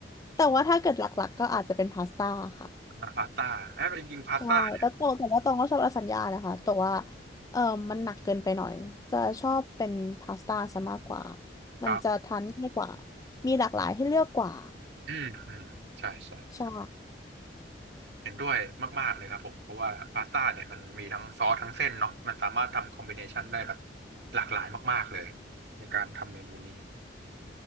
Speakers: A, on the left; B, on the right.
A: แต่ว่าถ้าเกิดหลักๆก็อาจจะเป็นพาสต้าค่ะ
B: อ่าพาสต้าเอ้ยจริงๆพาสต้าเนี่ย
A: ใช่แต่ตองแต่ว่าตองก็ชอบลาซานญ่านะคะแต่ว่าเออมันหนักเกินไปหน่อยจะชอบเป็นพาสต้าซะมากกว่ามันจะทานง่ายกว่า
B: ครับ
A: มีหลากหลายให้เลือกกว่า
B: อืมอืมใช่ใช่
A: ใช่
B: เห็นด้วยมากๆเลยครับผมเพราะว่าพาสต้าเนี่ยมันมีทั้งซอสทั้งเส้นเนาะมันสามารถทำคอมบิเนชันได้แบบหลากหลายมากๆเลยในการทำเมนูนี้